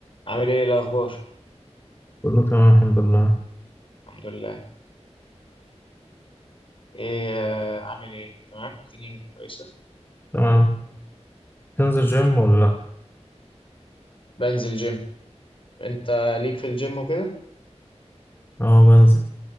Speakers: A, on the left (about 50°); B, on the left (about 20°).
A: عامل ايه الاخبار
B: كله تمام الحمد لله
A: الحمد لله ايه آه، عامل ايه تمام الدنيا كويسه
B: تمام تنزل جيم ولا لا
A: بنزل جيم انت ليك في الجيم وكده
B: اه بنزل